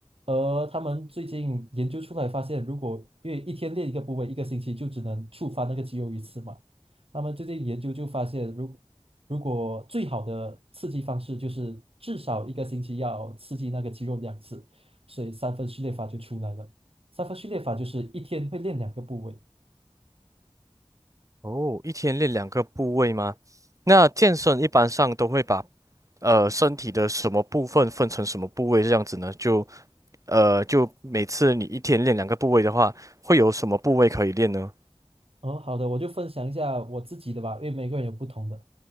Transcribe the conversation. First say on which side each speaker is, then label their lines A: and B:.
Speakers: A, on the right (about 60°); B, on the right (about 30°).
A: 而他们最近研究出来发现，如果因为一天练一个部位，一个星期就只能触发那个肌肉一次嘛。他们最近研究就发现，如如果最好的刺激方式就是至少一个星期要刺激那个肌肉两次，所以三分序列法就出来了。三分序列法就是一天会练两个部位。
B: 哦，一天练两个部位吗？那健身一般上都会把呃身体的什么部分分成什么部位这样子呢？就呃就每次你一天练两个部位的话，会有什么部位可以练呢？
A: 哦，好的，我就分享一下我自己的吧，因为每个人有不同的。